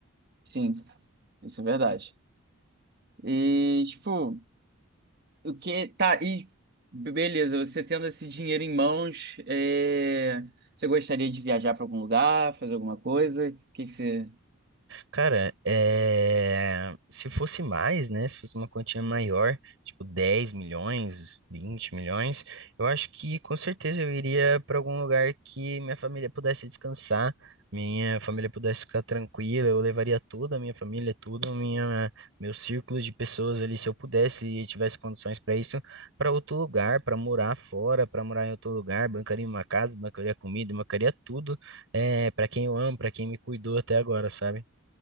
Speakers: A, on the right; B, on the right.
A: sim, isso é verdade. E, tipo. O que tá e beleza, você tendo esse dinheiro em mãos, é, você gostaria de viajar para algum lugar, fazer alguma coisa? O que que você
B: Cara, é... se fosse mais, né? Se fosse uma quantia maior, tipo 10 milhões, 20 milhões, eu acho que com certeza eu iria para algum lugar que minha família pudesse descansar, minha família pudesse ficar tranquila. Eu levaria toda a minha família, todo minha... meu círculo de pessoas ali, se eu pudesse e tivesse condições para isso, para outro lugar, para morar fora, para morar em outro lugar, bancaria uma casa, bancaria comida, bancaria tudo, é... para quem eu amo, para quem me cuidou até agora, sabe?